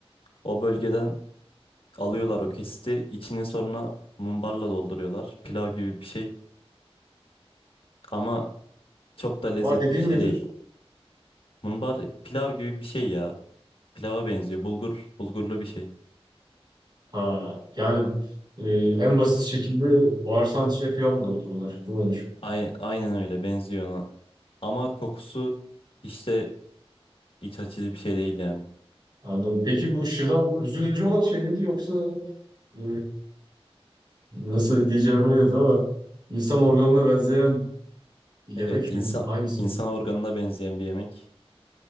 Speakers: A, on the left (about 60°); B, on the right (about 45°).
A: O bölgeden alıyorlar o kesti. İçini sonra mumbarla dolduruyorlar. Pilav gibi bir şey. Ama Çok da lezzetli
B: Var dediğin
A: bir şey
B: nedir?
A: değil. Mumbar pilav gibi bir şey ya. Pilava benziyor. Bulgur, bulgurlu bir şey.
B: Ha, yani e, en basit şekilde bağırsağın içine kıyam da olur onlar. Bu ne şu?
A: Ay- aynen öyle benziyor ona. Ama kokusu işte iç açıcı bir şey değil yani.
B: Anladım. Peki bu şırdan üzücü olan şey miydi yoksa e, nasıl diyeceğimi bilmiyorum ama insan organına benzeyen yemek
A: Evet, insan
B: mi? Hangisi?
A: insan organına benzeyen bir yemek.